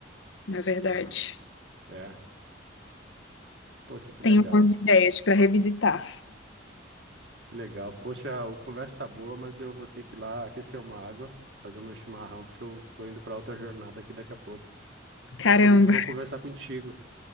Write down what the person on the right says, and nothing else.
Aham, é. Poxa, que legal,
que legal. Poxa, a conversa tá boa, mas eu vou ter que ir lá aquecer uma água, fazer o meu chimarrão, porque eu tô indo pra outra jornada aqui daqui a pouco.
Mas foi muito bom conversar contigo.